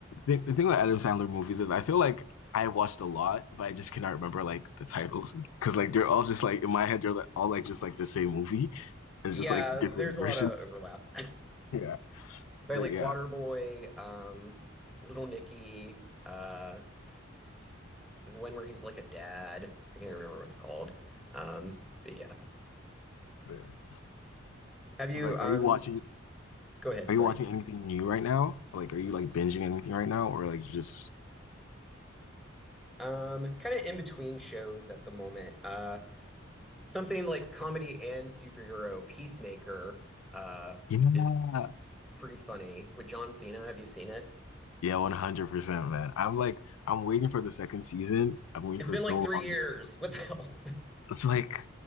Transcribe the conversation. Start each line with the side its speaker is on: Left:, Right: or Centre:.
Left: The, the thing with Adam Sandler movies is I feel like I watched a lot, but I just cannot remember like the titles <laughs> because like they're all just like in my head they're like, all like just like the same movie. It's
Centre: yeah,
Left: just like different
Centre: there's a
Left: versions.
Centre: lot of
Left: <laughs>
Centre: overlap.
Left: Yeah,
Centre: But
Left: but
Centre: like
Left: yeah,
Centre: Waterboy, um, Little Nicky, uh, the one where he's like a dad. I can't remember what it's called. Um, but yeah.
Left: fair.
Centre: Have you
Left: It's like,
Centre: um
Left: are you watching?
Centre: go ahead,
Left: Are
Centre: sorry.
Left: you watching anything new right now? Like, are you like binging anything right now, or like just?
Centre: Um, kind of in between shows at the moment. Uh something like comedy and superhero Peacemaker uh
Left: Yeah,
Centre: is pretty funny. With John Cena, have you seen it?
Left: yeah, one hundred percent, man. I'm like, I'm waiting for the second season. I'm waiting
Centre: It's
Left: for
Centre: been
Left: so
Centre: like three
Left: long.
Centre: years.
Left: It's,
Centre: <laughs> What the hell? <laughs>
Left: it's like